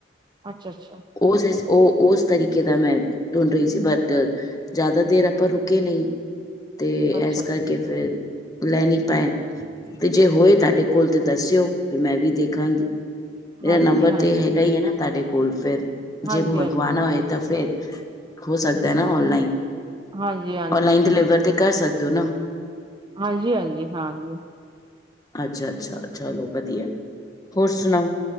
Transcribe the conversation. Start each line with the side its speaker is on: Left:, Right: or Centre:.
Right: ਅੱਛਾ-ਅੱਛਾ।
Left: ਓਸ ਓ ਓਸ ਤਰੀਕੇ ਦਾ ਮੈਂ ਟੂਣਡ ਰਹੀ ਸੀ ਬਟ ਜਾਦਾਦੇਰ ਆਪਾਂ ਰੁਕੇ ਨਈਂ, ਤੇ
Right: ਅੱਛਾ
Left: ਇਸ
Right: ਅੱਛਾ
Left: ਕਾਰਕੇ ਫੇਰ ਲੈ ਨੀਂ ਪਾਏ, ਤੇ ਜੇ ਹੋਏ ਤਾਡੇ ਕੋਲ ਤੇ ਦੱਸਿਓ, ਫੇਰ ਮੈਂ ਵੀ ਦੇਖਾਂਗੀ।
Right: ਹਾਂਜੀ
Left: ਐ ਨੰਬਰ
Right: ਹਾਂਜੀ
Left: ਤੇ ਹੈਗਾ ਈ ਐਨਾ ਤਾਡੇ ਕੋਲ ਫੇਰ
Right: ਹਾਂਜੀ
Left: ਜੇ ਮੰਗਵਾਣਾ
Right: ਹਾਂਜੀ ਹਾਂਜੀ
Left: ਹੋਏ ਤਾਂ ਫੇਰ ਹੋ ਸਕਦੈ ਨਾ ਔਨਲਾਈਨ?
Right: ਹਾਂਜੀ ਹਾਂ।
Left: ਔਨਲਾਈਨ ਡਿਲੀਵਰ ਤੇ ਕਰ ਸਕਦੇ ਓ ਨਾ?
Right: ਹਾਂਜੀ-ਹਾਂਜੀ, ਹਾਂ ਜੀ।
Left: ਅੱਛਾ-ਅੱਛਾ, ਚਲੋ ਵਦੀਆ ਹੋਰ ਸੁਣਾਓ